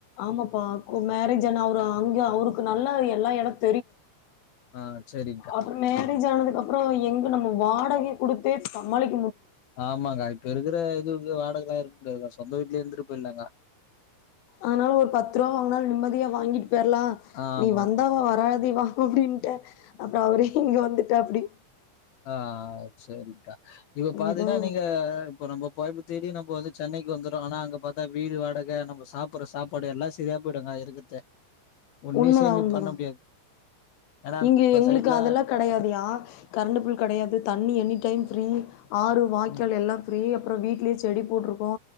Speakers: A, on the left; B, on the left.
A: ஆமாப்பா மேரேஜ் ஆனா அவரு அங்க அவருக்கு நல்ல எல்லா இடத்
B: ஆ சரி
A: அப்புற மேரேஜ் ஜானது அப்புறம் எங்க நம்ம வாடகை கொடுத்தே சமாளிக்
B: ஆமாக்க இப்ப இருக்கிற இது இருக்க முடியாது க்கா சொந்த வீட்ல இருந்துட்டு போயிடலாக்கா
A: அதனால ஒரு பத்து ரூபா வாங்கனாலும் நிம்மதியா வாங்கிட்டு பேர்லாம்
B: ஆ ஆமா
A: நீ வந்தாவா
B: ஆமா
A: வராதிவ அப்படின்ட்டு அப்புற அவரே இங்க வந்துட்டாப்டி
B: ஆ சரி்கா இப்ப பாத்தீங்கன்னா
A: ஏதோ
B: நீங்க இப்ப ரொம்ப போயப்ப தேடி நம்ம வந்து சென்னைக்கு வந்துறோ ஆனா அங்க ப பாத் தா வீடு வாடகை நம்ம சாப்பற சாப்பாடு எல்லா சரியா போயிடுங்க இருக்குதே ஒன்னே
A: உண்மதா
B: சேமிப்
A: உண்மதா
B: பண்ண முடியாது ஏன்னா
A: இங்க
B: நம்ம
A: எங்களுக்கு
B: சைட்ல
A: அதெல்லா கெடையாதுயா கரண்ட் பில் கெடையாது தண்ணி எனி டைம் ஃப்ரீ ஆறு வாய்க்கால்
B: ம்
A: எல்லா ஃப்ரீய அப்பற வீட்லயே செடி போட்டிருக்கோ